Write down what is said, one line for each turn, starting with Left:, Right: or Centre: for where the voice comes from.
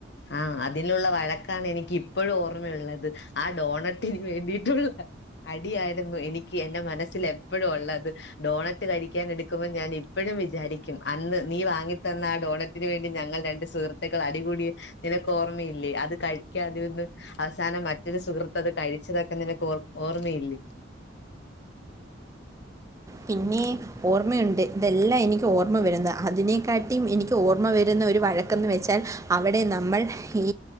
Left: ആഹ്, അതിലുള്ള വഴക്കാണ് എനിക്ക് ഇപ്പഴും ഓർമ്മയുള്ളത് ആ ഡോണറ്റിന് വേണ്ടീട്ടുള്ള അടിയായിരുന്നു എനിക്ക് എന്റെ മനസ്സിൽ എപ്പഴും ഒള്ളത്. ഡോണറ്റ് കഴിക്കാൻ എടുക്കുമ്പോൾ ഞാൻ ഇപ്പോഴും വിചാരിക്കും അന്ന് നീ വാങ്ങി തന്ന ആ ഡോണ തിനുവേണ്ടി ഞങ്ങൾ രണ്ട് സുഹൃത്തുക്കൾ അടികൂടി നിനക്ക് ഓർമ്മയില്ലേ അത് കഴിക്കാതിരുന്ന് അവസാനം മറ്റൊരു സുഹൃത്ത് അത് കഴിച്ചതൊക്കെ നിനക്ക് ഓ ഓർമ്മയില്ലേ.
Right: പിന്നെ ഓർമ്മയുണ്ട് ഇതെല്ലാം എനിക്ക് ഓർമ്മ വരുന്ന് അതിനെക്കാട്ടീം എനിക്ക് ഓർമ്മ വരുന്ന ഒരു വഴക്കന്ന് വെച്ചാൽ അവടെ ന്നമ്മൾ ഈ